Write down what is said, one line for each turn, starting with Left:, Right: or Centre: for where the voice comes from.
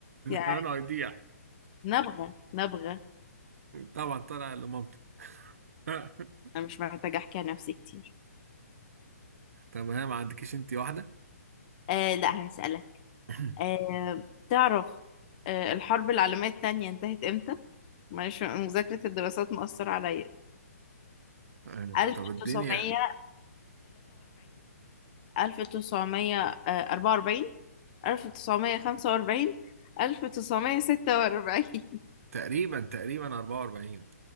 Left: يعني
Right: انا هيضيع
Left: نبغة نبغة
Right: طبعا طالع لمامته <laughs>
Left: أنا مش محتاجة أحكي عن نفسي كتير
Right: طب هي ما عندكيش انت واحده
Left: آه لا هسألك
Right: <clears throat>
Left: آه تعرف آه الحرب العالمية التانية انتهت إمتى؟ معلش مذاكرة الدراسات مؤثرة عليا
Right: <coughs>
Left: 1943
Right: طب الدنيا
Left: 1944 1945 1946
Right: تقريبا تقريبا 44